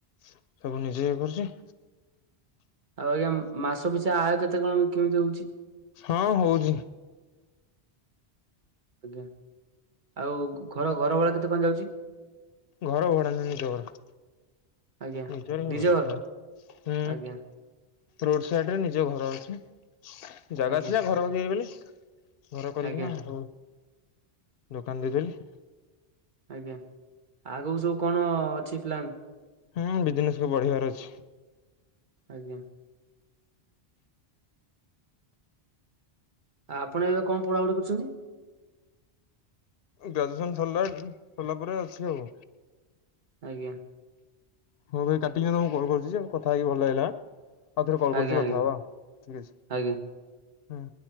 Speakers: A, on the left; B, on the right.
A: ସବୁ ନିଜେ ଇଏ କରୁଚି।
B: ଆଉ ଆଜ୍ଞା ମ- ମାସ ପିଛା ଆୟ କେତେ କଣ କେମିତି ହଉଚି?
A: ହଁ ହଉଚି।
B: ଆଉ ଘର -ଘର ଘରଭଡ଼ା କେତେ କଣ ଯାଉଚି?
A: ଘର ଭଡା ନୁହେଁ ନିଜ ଘର।
B: ଆଜ୍ଞା
A: ନିଜର ହିଁ
B: ନିଜ
A: ଘର?
B: ଆଜ୍ଞା
A: ରୋଡ ସାଇଡ୍ ରେ ନିଜ ଘର ଅଛି ଜାଗା
B: ଆଜ୍ଞା
A: ଥିଲା ଘର କରିବି ବୋଲି ଘର କରିକିନା
B: ଆଜ୍ଞା
A: ଆଉ ଦୋକାନ ଦେଇଦେଲି।
B: ଆଜ୍ଞା ଆଗୁକୁ ସବୁ କଣ ଅଛି ପ୍ଲାନ୍?
A: ହୁଁ ବିଜନେସ୍ କୁ ବଢେଇବାର ଅଛି।
B: ଆଜ୍ଞା। ଆ- ଆପଣ ଏବେ କଣ ପଢାପଢି କରୁଚନ୍ତି?
A: ଗ୍ରାଜୁଏସନ୍ ସରିଲା -ସରିଲା ପରେ ଅଛି ଆଉ।
B: ଆଜ୍ଞା।
A: ହଉ ଭାଇ କାଟିଲି ଏବେ ମୁଁ କଲ୍ କରୁଚି ଆଉ କଥା ହେଇକି ଭଲ ଲାଗିଲା। ଆଉ ଥରେ କଲ୍
B: ଆଜ୍ଞା
A: କରୁଚି କଥା
B: ଆଜ୍ଞା
A: ହବା ଠିକ୍ ଅଛି।
B: ଆଜ୍ଞା